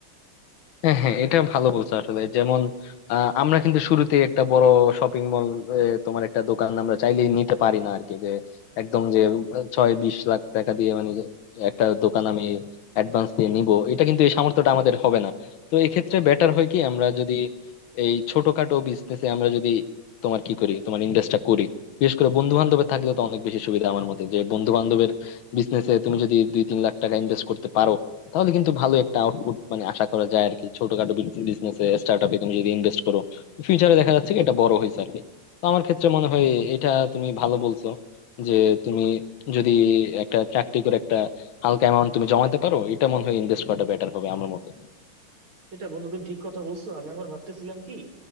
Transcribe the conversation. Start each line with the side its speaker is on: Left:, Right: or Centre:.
Left: হ্যাঁ হ্যাঁ এটা ভালো বলছো আসলে যেমন আহ, আমরা কিন্তু শুরুতেই একটা বড় শপিং মল তোমার একটা দোকান আমরা চাইলেই নিতে পারি না আর কি যে একদম যে আহ, ছয় বিশ লাখ টাকা দিয়ে মানে একটা দোকান আমি অ্যাডভান্স দিয়ে
Right: হুম,
Left: নিব এটা কিন্তু এই সামর্থ্যটা আমাদের হবে না তো এই
Right: হুম।
Left: ক্ষেত্রে বেটার হয় কি আমরা যদি এই ছোটখাটো বিজনেসে আমরা যদি তোমার কি করি তোমার ইনভেস্টটা করি বিশেষ করে বন্ধু বান্ধবের থাকলে তো অনেক বেশি সুবিধা আমার মতে যে বন্ধু বান্ধবের বিজনেসে তুমি যদি দুই তিন লাখ টাকা ইনভেস্ট করতে পারো তাহলে কিন্তু ভালো একটা আউটপুট মানে আশা করা যায় আর কি ছোটখাটো বিজনেসে স্টার্টআপে তুমি যদি ইনভেস্ট করো ফিউচারে দেখা যাচ্ছে কি এটা বড় হয়েছে আর কি তো আমার ক্ষেত্রে মনে হয় এটা তুমি ভালো বলছো যে তুমি যদি একটা চাকরি করে একটা হালকা অ্যামাউন্ট তুমি জমাতে পারো এটা মনে হয় ইনভেস্ট করাটা বেটার হবে আমার মতে
Right: সেটা বন্ধু তুমি ঠিক কথা বলছো আমি আবার ভাবতেছিলাম কি